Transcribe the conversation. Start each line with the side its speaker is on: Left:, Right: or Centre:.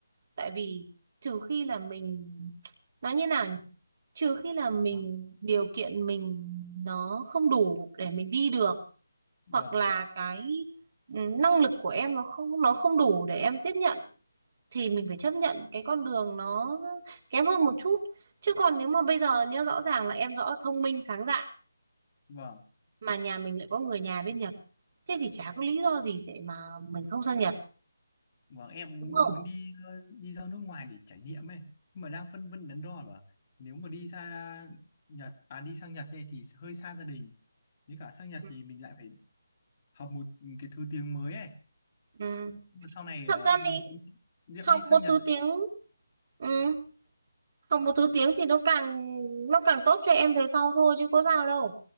Right: tại vì trừ khi là mình nói như nào nhỉ? Trừ khi là mình
Left: vâng,
Right: điều kiện mình nó không đủ để mình đi được
Left: vâng,
Right: hoặc là cái ừ, năng lực của em nó không nó không đủ để em tiếp nhận thì mình phải chấp nhận cái con đường nó kém hơn một chút. Chứ còn nếu mà bây giờ nhá rõ ràng là em rõ thông minh sáng dạ
Left: vâng,
Right: mà nhà mình lại có người nhà bên Nhật thế thì chả có lý do gì để mà mình không sang Nhật
Left: vâng. Em
Right: đúng không
Left: muốn đi ờ, đi ra nước ngoài để trải nghiệm ấy, nhưng mà đang phân vân đắn đo là nếu mà đi ra Nhật, à đi sang Nhật đây thì hơi xa gia đình. Nếu cả sang Nhật
Right: Ừ.
Left: thì mình lại phải học một cái thứ tiếng mới ấy
Right: ừ.
Left: Mà sau này
Right: thật
Left: ờ,
Right: ra
Left: liệu,
Right: thì
Left: liệu
Right: học
Left: đi sang
Right: một
Left: Nhật
Right: thứ tiếng ừ. học một thứ tiếng thì nó càng nó càng tốt cho em về sau thôi chứ có sao đâu